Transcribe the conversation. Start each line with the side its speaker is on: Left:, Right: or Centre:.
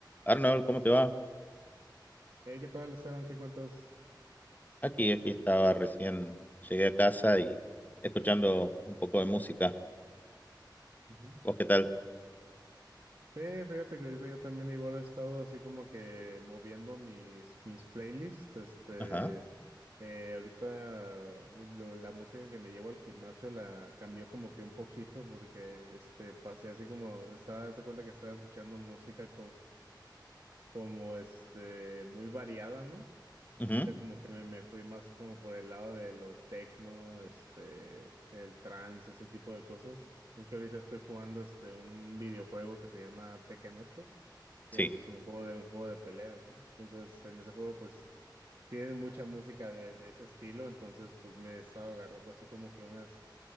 Left: Arnold, ¿cómo te va?
Right: Hey, ¿qué tal, Esteban? ¿Qué cuentas?
Left: Aquí, aquí estaba recién, llegué a casa y escuchando un poco de música.
Right: Ujú.
Left: ¿Vos qué tal?
Right: Eh, fíjate que ahorita yo también igual he estado así como que moviendo mis, mis playlists. Este,
Left: Ajá.
Right: eh, ahorita uh, lo- la música que me llevo al gimnasio la cambió como que un poquito porque este, pasé así como, estaba, haz de cuenta que estaba escuchando música como este, muy variada, ¿no?
Left: ujú,
Right: Ahorita como que me, me fui más como por el lado de lo tecno, este, el trance, ese tipo de cosas. Es que ahorita estoy jugando este un videojuego que se llama Tekken ocho, que
Left: Sí.
Right: es un juego de un juego de peleas, ¿no? Entonces, en ese juego pues tienen mucha música de, de ese estilo, entonces pues me he estado agarrando así como que unas